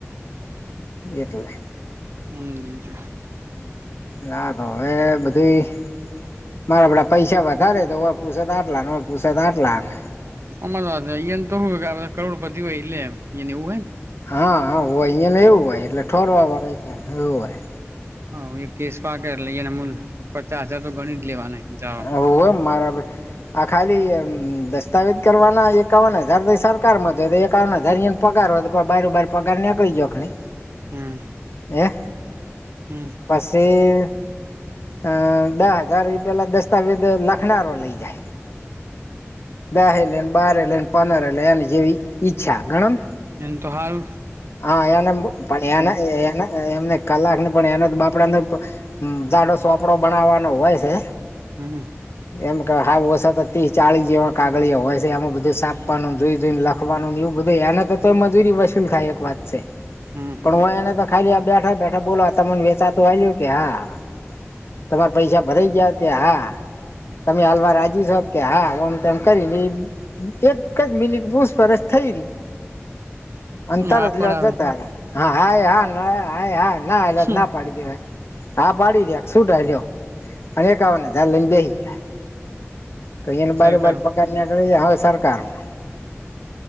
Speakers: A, on the left; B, on the right.
A: એટલે.
B: હમ્મ એમ છે.
A: ના તો હવે બધું ઈ મારા આપડા પૈસા વધારે તો હો પુસે તો આટલાને ન પુસત આટલા ને
B: અમાર અહીંયાને તો કરોડપતિ હોય એલે એ હીં એવું હોય ને
A: હા હા હોય અહીંયા ને એવું હોય એટલે ઠોરવા વાડે કે એવું હોય.
B: હ એ કેશ પાક લઈ એને મૂલ પચાસ હજાર તો ગણી જ લેવાના જવા.
A: ઓવે મારા બે આ ખાલી દસ્તાવેજ કરવાના એકાવન હજાર તો સરકારમાં જો એકાવન હજાર અહીં પગાર હો તો કો બારું બાર પગાર નીકળી જાય ગણી.
B: હમ્મ.
A: હે?
B: હમ્મ.
A: પછી અહ દહ હજાર પેલા દસ્તાવેજ લખનારો લઈ જાય. દહે લેને બારે લેને પંદરે લે એની જેવી ઈચ્છા ઘણો ન
B: એમ તો હાલ
A: હા એને પણ એના એના એમને કલાક પણ એના બાપડાને હમ્મ જાડો સોપડો બનાવવાનો હોય છે.
B: હમ્મ.
A: એમ કે હાવ ઓછ તો ત્રીસ ચાલીસ જેવા કાગળિયા હોય છે એમાં બધું સાપવાનું જોઈ જોઈને લખ કરવાનું એવું બધુંય એના તો તો મજૂરી વસૂલ ખાય એક વાત છે.
B: હમ્મ.
A: પણ હું એને તો ખાલી બેઠા બેઠા બોલો તમને વેચાતો આયો કે હા. તમારે પૈસા ભરાઈ ગયા કે હા હા તમે હાલવા રાજી છો કે હામ તેમ કરી ને ઈ એક જ મિનિટ પૂછપરછ થઈ રહી તરત
B: હા પડાવે
A: લેવા જતા રયાહા હ હા હ હા નાલે
B: હમ
A: ના પાડી દેવાય હા પાડી દ્યા શુંટા થાય અને એક આવજાર લઈને બેસી ગયા હવે બારે
B: સરકાર
A: બાર પગારના દેવાઈ ગયા હવે સરકારના